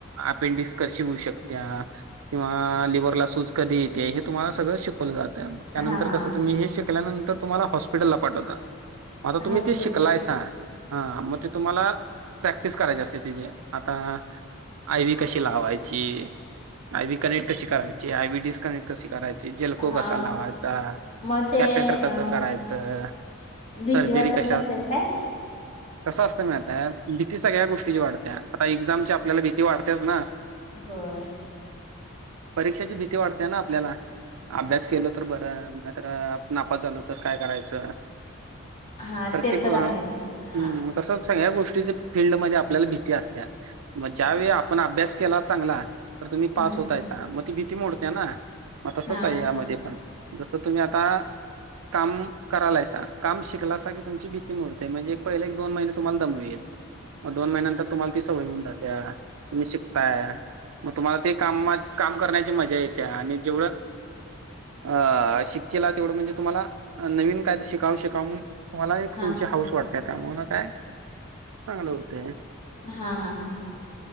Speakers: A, on the right; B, on the left.
A: अपेंडिक्स कशी होऊ शकत. किंवा लिव्हर ला सूज कधी ते हे तुम्हाला सगळं शिकवलं जातंग त्यानंतर
B: हा हा
A: कसं तुम्ही हे शिकल्यानंतर तुम्हाला हॉस्पिटलला पाठवतात. आता तुम्ही
B: हॉस्पिटल
A: ते शिकलायच हा मग ते तुम्हाला प्रॅक्टिस करायची असते तिजे आता आय वी कशी लावायची आय व कनेक्ट कशी करायची आय व डिस्कनेक्ट कशी करायची जेलको
B: हा
A: कसा लावायचा
B: मग ते
A: कॅटेटर कसं
B: अ
A: करायचं.
B: भीती
A: सर्जरी
B: वाटत
A: कशा
B: नसेल
A: असली.
B: काय?
A: कसं असतं माहितीतय भीती सगळ्या गोष्टीची वाढते आता एक्झाम ची आपल्याला भीती वाढतेच ना.
B: होय.
A: परीक्षेची भीती वाढतेय ना आपल्याला. अभ्यास केलो तर बरं मत नापात झालो तर काय करायचं.
B: हा
A: प्रत्येक
B: ते तर आहेत. हा
A: हम्म तस सगळ्या गोष्टीच फिल्डमध्ये आपल्याला भीती असत मग
B: हा.
A: ज्या वळी आपण अभ्यास केला चांगला तर तुम्ही
B: हम्म
A: पास होतायच. मग ती भीती मोडते ना मग तसच
B: हा
A: आहे यामध्ये पण जसं तुम्ही आता काम करालाय काम शिकलासा की तुमची भीती मोडते म्हणजे एक पहिले एक दोन महिने तुम्हाला दम येईल. मग दोन महिन्यांतर तुम्हाला ती सवय होऊन जाते तुम्ही शिकताय. मग तुम्हाला ते काम काम करण्याची मजा येते आणि जेवढं अ शिककीला तेवढं म्हणजे तुम्हाला नवीन काय तर शिकाव शिकाव तुम्हाला एक
B: हा
A: तुमचे
B: हा
A: हाऊस वाटतेय का म्हणून काय चांगलं होते.
B: हा हा हा. हा